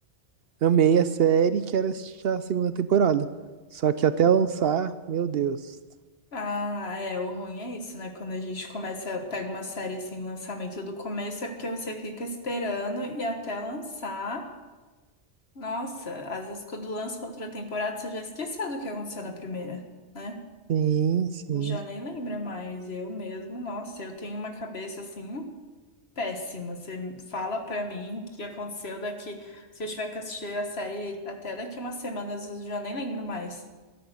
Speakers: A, on the right; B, on the left.
A: amei a série e quero assistir a segunda temporada. Só que até lançar, meu Deus.
B: Ah, é, o ruim é isso, né? Quando a gente começa, pega uma série assim, lançamento do começo, é porque você fica esperando e até lançar. Nossa, às vezes quando lança outra temporada, você já esqueceu do que aconteceu na primeira, né?
A: Sim, sim.
B: Já nem lembra mais, eu mesmo, nossa, eu tenho uma cabeça assim péssima. Você fala pra mim o que aconteceu daqui. Se eu tiver que assistir a série até daqui umas semanas, eu já nem lembro mais.